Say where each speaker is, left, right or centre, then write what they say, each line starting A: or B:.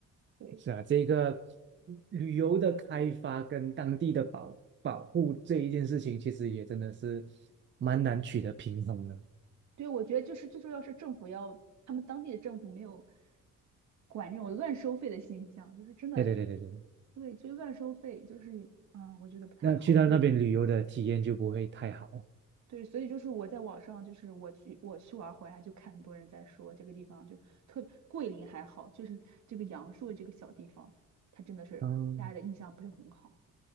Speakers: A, on the right; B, on the right.
A: 对，
B: 是啊，这个旅游的开发跟当地的保保护这一件事情，其实也真的是蛮难取得平衡的。
A: 对，我觉得就是最重要是政府要，他们当地的政府没有管这种乱收费的现象，就是真的，
B: 对对对对对对，
A: 对，就是乱收费，就是嗯，我觉得不太好。
B: 那去到那边旅游的体验就不会太好。
A: 对，对，所以就是我在网上，就是我去我去玩回来，就看很多人在说这个地方就特别桂林还好，就是这个阳朔这个小地方，它真的是大家的印象不是很好。
B: 嗯，